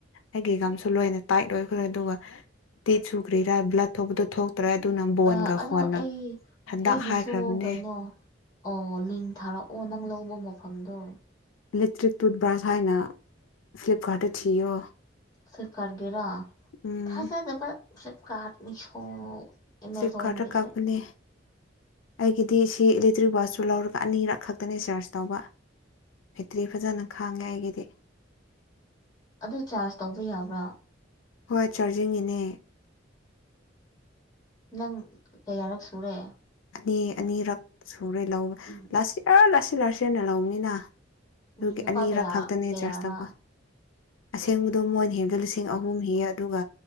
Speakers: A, on the left; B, on the left.
A: ꯑꯩꯒꯤ ꯒꯝꯁꯨ ꯂꯣꯏꯅ ꯇꯥꯏꯠ ꯑꯣꯏꯈ꯭ꯔꯦ ꯑꯗꯨꯒ ꯇꯤꯠꯁꯨ ꯀ꯭ꯔꯤꯔꯥ ꯕ꯭ꯂꯠ ꯊꯣꯛꯄꯗꯣ ꯊꯣꯛ ꯇ꯭ꯔꯦ ꯑꯗꯨꯅ ꯕꯣꯟꯒ
B: ꯑ ꯑꯗꯣ
A: ꯍꯣꯟꯅ
B: ꯑꯩ
A: ꯍꯟꯗꯛ
B: ꯑꯩꯒꯤꯁꯨ
A: ꯍꯥꯏꯈ꯭ꯔꯕꯅꯦ
B: ꯀꯩꯅꯣ ꯑꯣ ꯂꯤꯡ ꯊꯥꯔꯛꯑꯣ ꯅꯪ ꯂꯧꯕ ꯃꯐꯝꯗꯣ
A: ꯂꯤꯇꯔꯤꯠ ꯇꯨꯠꯕ꯭ꯔꯁ ꯍꯥꯏꯅ ꯐ꯭ꯂꯤꯞꯀꯔꯠꯇ ꯊꯤꯌꯣ
B: ꯐ꯭ꯂꯤꯞꯀꯔꯒꯤꯔ
A: ꯎꯝ
B: ꯊꯥꯖꯗꯕ ꯐ꯭ꯂꯤꯞꯀꯔꯠ ꯃꯤꯁꯣ ꯑꯦꯃꯦꯖꯣꯟꯒꯤꯁꯦ
A: ꯐ꯭ꯂꯤꯞꯀꯥꯔꯠꯇ ꯀꯛꯄꯅꯦ ꯑꯩꯒꯤꯗꯤ ꯁꯤ ꯏꯂꯦꯛꯇ꯭ꯔꯤꯛ ꯕꯥꯁꯁꯨ ꯂꯧꯔꯒ ꯑꯅꯤꯔꯛ ꯈꯛꯇꯅꯦ ꯆꯥꯔꯖ ꯇꯧꯕ ꯐꯤꯠꯇ꯭ꯔꯤ ꯐꯖꯅ ꯈꯥꯡꯉꯦ ꯑꯩꯒꯤꯗꯤ
B: ꯑꯗꯨ ꯆꯥꯔꯖ ꯇꯧꯕ ꯌꯥꯕ꯭ꯔꯥ
A: ꯍꯣꯏ ꯆꯥꯔꯖꯤꯡꯒꯤꯅꯦ
B: ꯅꯪ ꯀꯌꯥꯔꯛ ꯁꯨꯔꯦ
A: ꯑꯅꯤ ꯑꯅꯤꯔꯛ ꯁꯨꯔꯦ ꯂꯧꯕ
B: ꯎꯝ
A: ꯂꯥꯁ ꯑꯥ ꯂꯥꯁꯌꯔ ꯂꯥꯁꯌꯔ ꯂꯧꯕꯅꯤꯅ
B: ꯎꯝ
A: ꯑꯗꯨꯒꯤ
B: ꯂꯨꯄꯥ
A: ꯑꯅꯤꯔꯛ
B: ꯀꯌꯥ
A: ꯈꯛꯇꯅꯦ
B: ꯀꯌꯥꯔꯥ
A: ꯆꯔꯁ ꯇꯧꯕ ꯑꯁꯦꯡꯕꯗꯣ ꯃꯣꯏ ꯍꯦꯒꯗ ꯂꯤꯁꯤꯡ ꯑꯍꯨꯝ ꯍꯤꯌꯦ ꯑꯗꯨꯒ